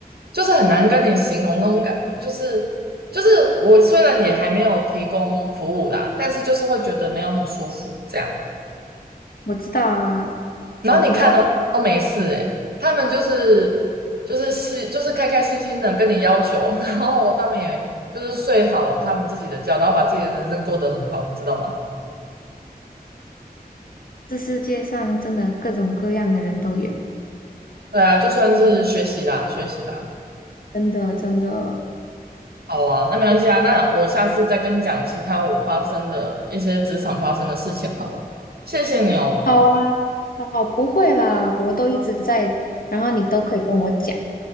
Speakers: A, on the right; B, on the left.
A: 就是很难跟你形容那种感觉，就是就是我虽然也还没有提供服务啦，但是就是会觉得没有很舒服这样。
B: 我知道啊，
A: 然后你看到他们都没事诶，
B: 我知道，我
A: 他们就是就是心就是开开心心的跟你要求，<laughs> 然后他们也就是睡好他们自己的觉，然后把自己的人生过得很好，你知道吗？
B: 这世界上真的各种各样的人都有，
A: 对啊，就算是学习啦，学习啦，
B: 真的真的。
A: 好啊，那没关系啊，那我下次再跟你讲其他我发生的一些职场发生的事情好了。谢谢你哦，
B: 好啊，好，不会啦，我都一直在，然后你都可以跟我讲。